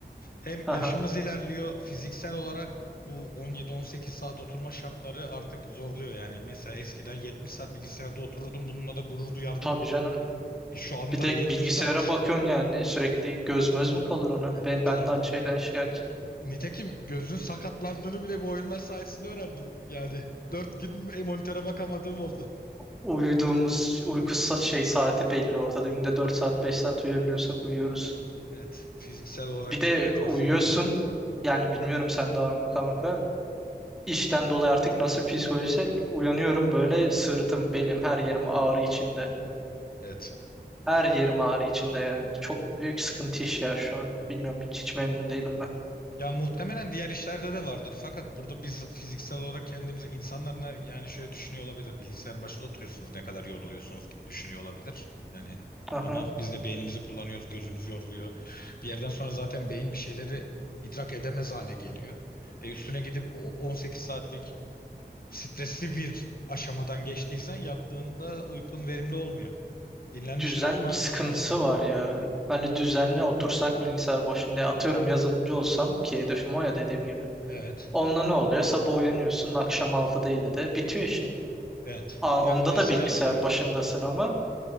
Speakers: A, on the left; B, in the centre.
A: Hem
B: Aha.
A: yaşımız ilerliyor, fiziksel olarak bu 17-18 saat oturma şartları artık zorluyor yani. Mesela eskiden 70 saat bilgisayarda otururdum, bununla da gurur duyardım.
B: Tabii canım.
A: E, Şu anda
B: Bir de
A: 70
B: bilgisayara
A: saat.
B: bakıyorsun
A: <laughs>
B: yani sürekli göz möz mü kalır ona?
A: E,
B: Ben,
A: tabii.
B: ben de aynı şeyden şikayetçiyim.
A: Nitekim gözün sakatlandığını bile bu oyunlar sayesinde öğrendim. Yani Dört gün monitöre bakamadığım oldu.
B: Uyuduğumuz uyku sa- şey saati belli ortada. Günde 4 saat 5 saat uyuyabiliyorsak uyuyoruz.
A: Evet, fiziksel olarak
B: Bir de
A: çok fazla
B: uyuyorsun
A: yük biniyor.
B: yani bilmiyorum sen de var mı kanka. İşten dolayı artık nasıl bir psikolojiyse uyanıyorum böyle sırtım, belim, her yerim ağrı içinde.
A: Evet.
B: Her yerim ağrı içinde yani. Çok büyük sıkıntı iş ya şu an. Bilmiyorum hiç, hiç memnun değilim ben.
A: Ya muhtemelen diğer işlerde de vardır. Fakat burada biz fiziksel olarak kendimize insanlar ne- yani şöyle düşünüyor olabilir. Bilgisayarın başında oturuyorsunuz ne kadar yoruluyorsunuz gibi düşünüyor olabilir. Yani
B: Aha.
A: ama biz de beynimizi kullanıyoruz, gözümüz yoruluyor. Bir yerden sonra zaten beyin bir şeyleri idrak edemez hale geliyor. E üstüne gidip o 18 saatlik stresli bir aşamadan geçtiysen yattığında uykun verimli olmuyor. Dinlenmiş
B: Düzen
A: kalkma
B: sıkıntısı
A: şansın yok.
B: var ya. Hani düzenli otursak bilgisayar başında atıyorum yazılımcı olsam ki hedefim o ya dediğim gibi.
A: Evet.
B: Onda ne oluyor? Sabah uyanıyorsun akşam 6'da 7'de bitiyor işin.
A: Evet.
B: Aa,
A: Yani
B: onda
A: mesai
B: da bilgisayar
A: usulü.
B: başındasın ama